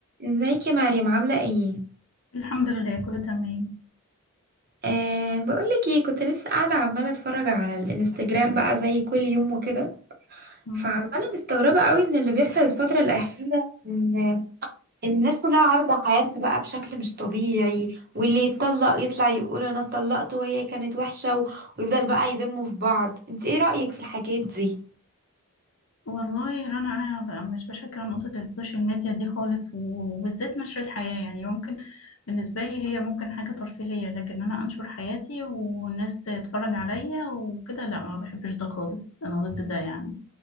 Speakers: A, on the right; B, on the left.
A: ازيك يا مريم عاملة ايه؟
B: الحمد لله كله تمام
A: أه بقولك ايه كنت لسه قاعدة عمالة اتفرج على الانستجرام بقى زي كل يوم وكده
B: مم.
A: فعمالة مستغربة قوي من اللي بيحصل الفترة الأخيرة ان إن الناس كلها عارضة حياتها بقى بشكل مش طبيعي واللي يتطلق يطلع يقول انا اتطلقت وهي كانت وحشة و... ويفضل بقى يذموا في بعض انت ايه رأيك في الحاجات دي؟
B: والله رنا انا بقى مش بشجع نقطة السوشيال ميديا دي خالص و- وبالذات نشر الحياة يعني ممكن بالنسبة لي هي ممكن حاجة ترفيهية لكن انا انشر حياتي والناس تتفرج عليا وكده لا ما بحبش ده خالص انا ضد ده يعني